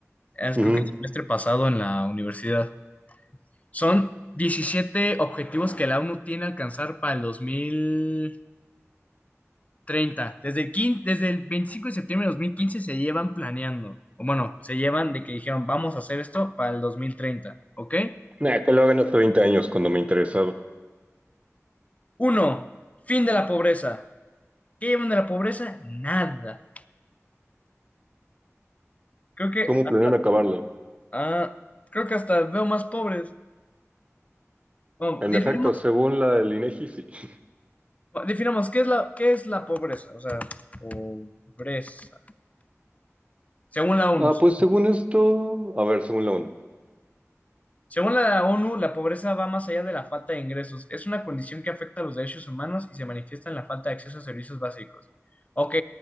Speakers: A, on the left (about 30°); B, on the right (about 25°).
A: es,
B: Ujú.
A: creo que el semestre pasado en la universidad. Son 17 objetivos que la ONU tiene a alcanzar para el dos mil treinta Desde el, quin- desde el 25 de septiembre de 2015 se llevan planeando. O bueno, se llevan de que dijeron, vamos a hacer esto para el dos mil treinta ¿ok?
B: Nah, que lo hagan hace 20 años cuando me interesaba.
A: Uno, fin de la pobreza. ¿Qué llevan de la pobreza? Nada. Creo que
B: ¿Cómo
A: hasta,
B: planean acabarla?
A: ah, creo que hasta veo más pobres. Bueno,
B: En
A: definamos,
B: efecto, según la del INEGI, sí. <laughs>
A: definamos qué es la, qué es la pobreza. O sea, pobreza. Según la ONU.
B: Ah,
A: sí.
B: pues según esto, a ver, según la ONU.
A: Según la ONU, la pobreza va más allá de la falta de ingresos. Es una condición que afecta a los derechos humanos y se manifiesta en la falta de acceso a servicios básicos. Ok,